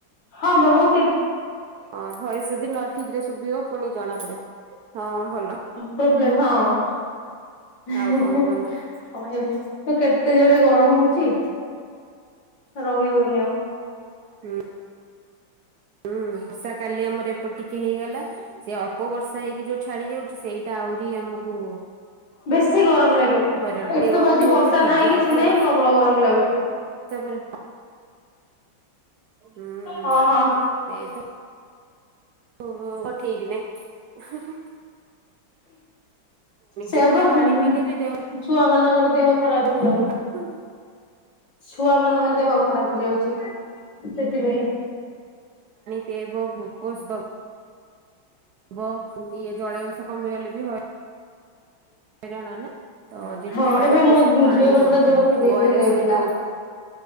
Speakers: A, on the left; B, on the right.
A: ହଁ ମ ମୁ
B: ହଁ ଭଏସ ଯଦି ନ ଠିକ ରେ ଶୁଭିବ ପୁଣି ଜଣା ପଡି ହଁ ଭଲ
A: ପ୍ରୋବଲେମ୍ ହଁ ହେଁ
B: ଆଉ କଣ
A: ହେଁ
B: କୁହନ୍ତୁ?
A: ଅ ଏବେ ତ କେତେ ଜୋରେ ଗରମ ହଉଛି। ରହି ହେଉନି ଆଉ।
B: ହୁଁ ହୁଁ। ବର୍ଷା କାଲି ଆମର ଏପଟେ ଟିକେ ହେଇଗଲା। ସେ ଅଳ୍ପ ବର୍ଷା ହେଇକି ଯୋଉ ଛାଡି ଯାଉଛି ସେଇଟା ଆହୁରି ଆମକୁ
A: ବେଶି ଗରମ ଲାଗେ।
B: ହଇରାଣ କର
A: ଏଠି ତ
B: ଗରମ
A: ଆଜି
B: ହଉଥିବ
A: ବର୍ଷା
B: ଠିକ
A: ନାହିଁ
B: ଯେ
A: କିଛି
B: ଅଳ୍ପ
A: ନାହିଁ
B: ବର୍ଷା
A: ପ୍ରବଳ ଗରମ ଲାଗୁଛି।
B: ପରେ ହୁଁ
A: ହଁ ହଁ।
B: ସେ ଏତ ଉ ଠିକ ନାହିଁ। ହୁଁ ହୁଁ।
A: ସେ
B: ଯେତେ
A: ହବ ହୁଁ
B: ପାଣି
A: ହୁଁ
B: ପିଇଲେ ବି ଦେହ
A: ଛୁଆ ମାନଙ୍କର ଦେହ
B: <unintelligible>
A: ଖରାପ ହେଲା। ଛୁଆ ମାନଙ୍କ ଦେହ ଖରାପ ହେଇଯାଉଛି। ଶିବାଇ
B: ପିଏଇବ ଗ୍ଲୁକୋଜ ଦବ। ହବ ଇଏ ଜଳିୟ ଅଂଶ କମିଗଲେ ବି ହଇରାଣ ତ ଯେତେ
A: ହଁ ଏବେ
B: ସିପିସିଏଣ୍ଟ
A: ମୋ
B: ପାଣି
A: ଝିଅର
B: ଦଉଥିବ
A: ପୁରା ଦେହ ସିରିଏସ
B: ଓଆରଏସ୍
A: ହେଇଯାଇଥିଲା
B: ବି ଦଉ